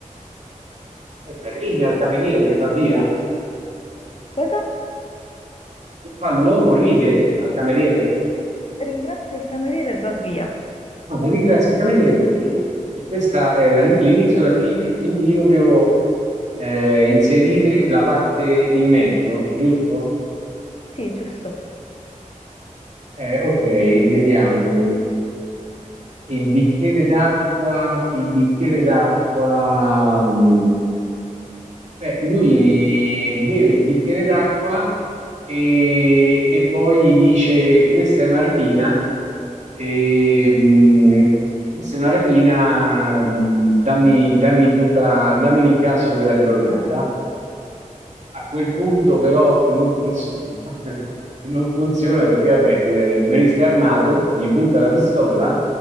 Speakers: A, on the right; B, on the left.
A: Aspetta, ride al cameriere e va via?
B: Cosa?
A: Che fa l'uomo? Ride al cameriere?
B: Ringrazia il cameriere e va via.
A: Ah, ringrazia il cameriere e va via. E questa è la- l'inizio e la fine, quindi io devo eh, inserire la parte in mezzo, giusto?
B: Sì, giusto.
A: Eh, ok, vediamo. Il bicchiere d'acqua, il bicchiere d'acqua. mm, Beh, lui beve il bicchiere d'acqua e, e poi gli dice: Questa è una rapina, e, mm, questa è una rapina, mm, dammi, dammi tutta, dammi l'incasso della giornata. A quel punto, però, non funziona. <laughs> Non funziona perché, vabbè, il, il barista è armato, gli punta la pistola